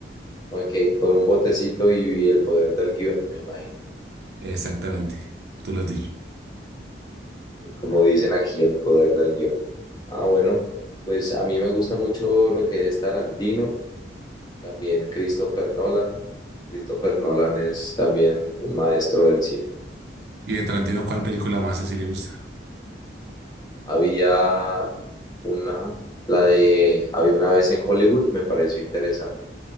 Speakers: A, on the left; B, on the right.
A: Ok, con un botecito y el poder del guión, me imagino.
B: Exactamente, tú lo has dicho.
A: como dicen aquí, el poder del guión. Ah, bueno, pues a mí me gusta mucho lo que es Tarantino, también Christopher Nolan. Christopher Nolan es también un maestro del cine.
B: Y de Tarantino, ¿cuál película más así le gusta?
A: Había una, la de, había una vez en Hollywood, me pareció interesante.